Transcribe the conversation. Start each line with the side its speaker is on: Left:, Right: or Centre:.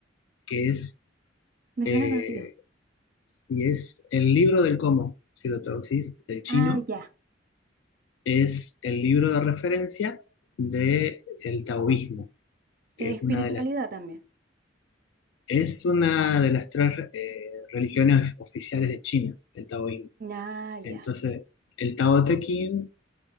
Left: que es,
Right: Me
Left: eh,
Right: suena conocido.
Left: si es el libro del cómo, si lo traducís del chino,
Right: Ah, ya.
Left: es el libro de referencia del taoísmo que
Right: Espiritualidad
Left: es una de las,
Right: también.
Left: es una de las tres eh, religiones oficiales de China, el taoísmo.
Right: Ah,
Left: Entonces,
Right: ya.
Left: el Tao Te Ching,